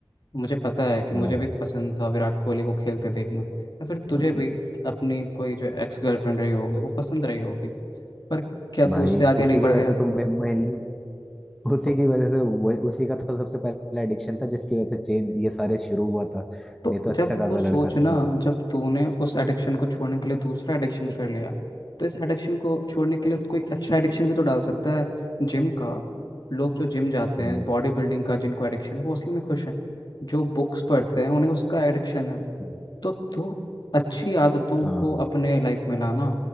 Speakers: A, on the left; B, in the centre.
A: मुझे पता है कि मुझे
B: हाँ भाई
A: भी पसंद था विराट कोहली को खेलते देखना या फिर तुझे
B: <laughs>
A: भी अपनी कोई जो एक्स गर्लफ्रेंड रही होगी वो पसंद रही होगी पर क्या तू
B: भाई
A: उससे आगे
B: उसी
A: नहीं
B: की
A: बढ़
B: वजह
A: गया
B: से तो मैं mainly उसी
A: तो
B: की वजह से वही उसी का तो सबसे पहला एडिक्शन था जिसकी वजह से चेंज ये सारे शुरू हुआ था
A: तो
B: नहीं तो अच्छा
A: जब
B: खासा
A: तू सोच
B: लड़का था
A: ना
B: मैं
A: जब तूने उस एडिक्शन को छोड़ने के लिए दूसरा एडिक्शन कर लिया तो इस एडिक्शन को छोड़ने के लिए कोई अच्छा एडिक्शन भी तो डाल सकता है जिम का लोग जो जिम जाते
B: हम्म,
A: हैं बॉडी बिल्डिंग का जिनको एडिक्शन है वो उसी में खुश हैं जो बुक्स पढ़ते हैं उन्हें उसका एडिक्शन है
B: हम्म,
A: तो तू अच्छी आदतों
B: हाँ
A: को अपने लाइफ में लाना